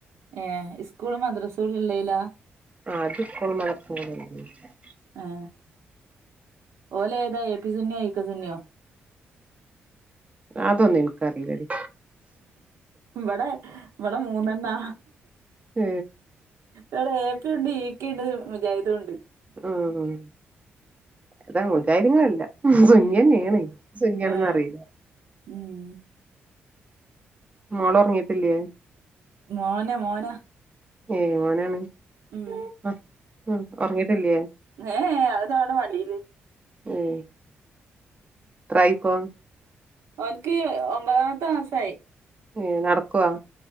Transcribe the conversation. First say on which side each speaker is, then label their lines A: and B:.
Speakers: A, on the right; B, on the right.
A: ഏഹ് ഇസ്കൂൾ മദ്രസ ഉള്ളേലാ
B: ആഹ്. അതിപ്പളും <unintelligible>
A: ആഹ് ഓലേതാ ഏ പി സുന്നിയോ ഇ കെ സുന്നിയോ
B: അതൊന്നും എനിക്കറിയില്ലടി
A: ഇവിടെ ഇവിടെ മൂന്നെണ്ണാ
B: ഹ്
A: ഇവിടെ ഏ പി ഉണ്ട് യി കെ ഉണ്ട് മുജാഹിദു ണ്ട്
B: ഉം ഇതാ മുജാഹിതന്നുല്ല ഉം സുന്നിയന്നേണ് സുന്നിയാണോന്ന്
A: ഏ
B: അറിയില്ല
A: ഉം
B: മോളൊറങ്ങീട്ടില്യേ
A: മോന മോന
B: ഏഹ് മോനാണ്
A: ഉം.
B: ആഹ് ഉം ഉറങ്ങീട്ടില്യേ
A: ഏ അതവിടെ മടിയില്
B: ഉം എത്രായിപ്പോ?
A: ഓനിക്ക് ഒമ്പതാമത്തെ മാസായി
B: ഏയ് നടക്കുവോ?